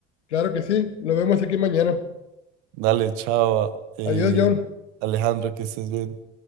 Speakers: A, on the left; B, on the right.
A: Claro que sí, lo vemos aquí mañana.
B: Dale, chao, eh,
A: Adiós, John.
B: Alejandro, que estés bien.